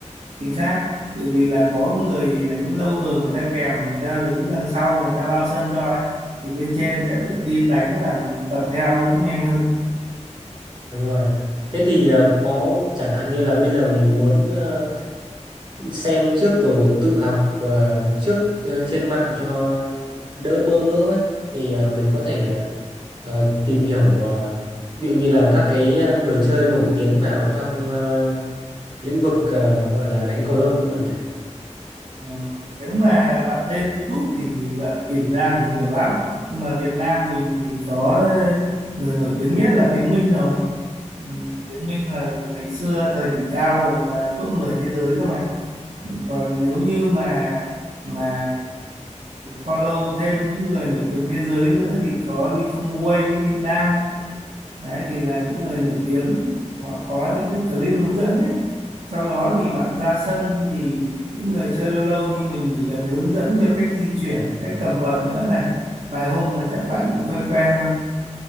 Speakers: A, on the right; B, on the right.
A: chính xác tự vì là có người đánh lâu rồi người ta kèm người ta đứng đằng sau người ta bao sân cho ấy thì bên trên sẽ tự tin đánh và tập theo nó cũng nhanh hơn
B: Đúng rồi. Thế thì ờ, có chẳng hạn như là bây giờ mình muốn ờ, xem trước rồi tự học ờ, trước ờ, trên mạng cho đỡ bỡ ngỡ ấy. Thì ờ, mình có thể ờ, ờ, tìm hiểu ờ, ví dụ như là các cái ờ, người chơi nổi tiếng nào trong ờ, lĩnh vực ờ, gọi là đánh cầu lông không bạn nhỉ?
A: Ờ, Nếu mà bạn lên YouTube thì bạn tìm ra thì nhiều lắm. Nhưng mà Việt Nam mình thì có người nổi tiếng nhất là Tiến Minh rồi. Ừ, Tiến Minh là ngày xưa thời đỉnh cao gần là top 10 thế giới cơ mà. Ừ, Còn nếu như mà mà follow thêm những người nổi tiếng thế giới nữa thì có Lee Chong Wei, Lin Dan. Đấy thì là những người nổi tiếng. Họ có những cái clip hướng dẫn đấy sau đó thì bạn ra sân thì những người chơi lâu lâu như mình chỉ cần hướng dẫn cho cách di chuyển, cách cầm vợt nữa là vài hôm là chắc bạn cũng quen quen thôi.